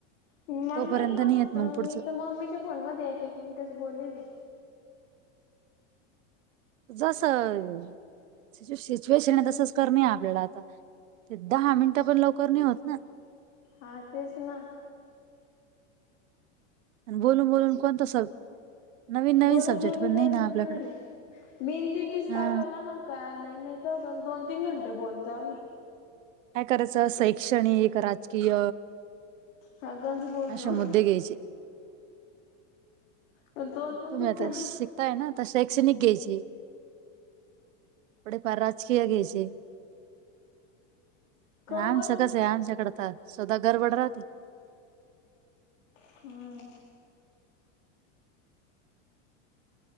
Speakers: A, on the left; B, on the right.
A: मला
B: तोपर्यंत
A: माहित नव्हतं
B: नाही येत मग पुढचं
A: मी तर मम्मीच्या फोन मध्ये एक एक मिनिटेच बोललेले.
B: जसं सिच्युएशन आहे तसंच करणे आपल्याला आता ते दहा मिनिटं पण लवकर नाही होत ना.
A: हा तेच ना.
B: बोलून बोलून पण तसंच. नवीन नवीन
A: बोलून
B: सब्जेक्ट
A: बोलून काय बोलणार
B: आपल्याकडं
A: आहे मेहंदी पीस
B: हा
A: काय बोला म्हण काय नाही नाही तर दोन तीन घंटे बोलतो आम्ही.
B: काय करायचं शैक्षणिक, राजकीय
A: हा गंज बोललो.
B: असे मुद्दे घ्यायचे
A: पण तोंड
B: तुम्ही
A: पण दुखत
B: आता शिकताय ना आ तर शैक्षणिक घ्यायची. थोडे फार राजकीय घ्यायचे.
A: काऊन?
B: आमचं कस आहे आमच्याकड त स्वतः गरबड राहते.
A: होय.